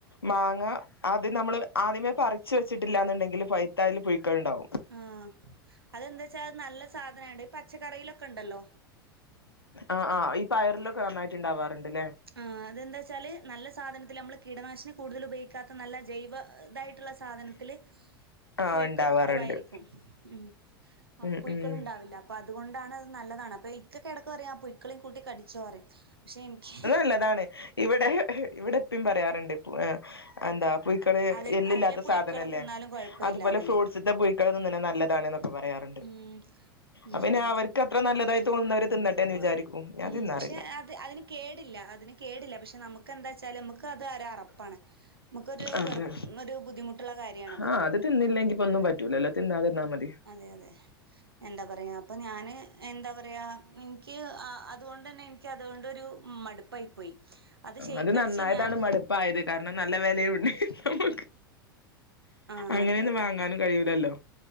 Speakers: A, on the left (about 80°); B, on the right (about 80°).
A: മാങ്ങ അത് നമ്മൾ ആദ്യമേ പറിച്ചു വെച്ചിട്ടില്ലാന്ന്ണ്ടെങ്കിൽ പൈത്ത അയ്ല് പുയ്ക്കൾണ്ടാവും
B: ആഹ് അതെന്താച്ചാ നല്ല സാധനായോണ്ട്. ഈ പച്ചക്കറീലൊക്കെണ്ടല്ലോ
A: ആ ആഹ് ഈ പയറിലൊക്കെ നന്നായിട്ട് ണ്ടാവാറ്ണ്ട്ലേ
B: അ എതെന്താെച്ചാല് നല്ല സാധനത്തിലമ്മൾ കീടനാശിനി കൂടുതൽ ഉപയോഗിക്കാ നല്ല ജൈവ തായിട്ട്ള്ള സാധനത്തില്
A: ആഹ്
B: പുയ്ക്കൾ
A: ഇണ്ടാവാറുണ്ട്
B: കുറവായിരി ക്കും. ഉം അ
A: ഉം
B: പുയ്ക്കള്ണ്ടാവില്ല
A: ഉം
B: അപ്പതുകൊണ്ടാണ് അത് നല്ലതാണ്. അപ്പൊ ഇക്കൊക്കെ എടക്ക് പറയും. ആപുയ്ക്കള്യും കൂട്ടി കടിച്ചോ റിം. ക്ഷെ ഇൻക്കി
A: ല്ലതാണ്. ഇവിടെ ഇവിടെ പ്പിം പറയാറുണ്ട് എ എന്താ പുയ്ക്കള്
B: അതിൽ
A: എല്ല്ല്ലാത്ത
B: അതിലെ പുഴുക്കളെ
A: സാധനല്ലേ
B: തിന്നാലും കുഴപ്പമില്ലാന്നല്ലേ
A: അതുപോലെ ഫ്രൂ ഡ്സ്ത്തെ പുയ്ക്കളെ തിന്നണെ നല്ലതാണ്‌ ന്നൊക്കെ പറയാറ്ണ്ട്.
B: ഉം ഉം
A: അത് പിന്നെ അവർ ക്കത്ര നല്ലതായി തോന്നുന്നവര് തിന്നട്ടെന്ന് വിചാരിക്കും ഞാൻ
B: ഉം
A: തിന്നാറില്ല
B: പക്ഷെ അത് അയ്ന് കേടില്ല അതിന് കേടില്ല പക്ഷെ നമുക്കന്താച്ചാല് നമുക്ക് അത് ഒരറപ്പാണ് നമുക്കൊരു
A: അതെ
B: വെറു ഒരു ബുദ്ധിമുട്ടുള്ള കാര്യാണ്
A: ആഹ് അത് തിന്നില്ലെങ്കിപ്പൊന്നും പറ്റൂലല്ലോ. തിന്നാതിര്ന്നാ മതി
B: അതെ അതെ എന്താ പറയാ അപ്പൊ ഞാന് എന്താ പറയാ ഇൻക്ക് അതുകൊണ്ടന്നെ ക്യതുകൊണ്ടൊരു മടുപ്പായി പോയി ഷെയ്ക്കടിച്ച്
A: അത് നന്നായതാണ്
B: ഞാൻ
A: മട് പ്പായത്. കാരണം, നല്ല വെലയുണ്ട് നമു ക്ക്
B: ആ
A: അങ്ങനെന്നും
B: അതെ അതെ
A: വാങ്ങാനും കഴിയൂലല്ലോ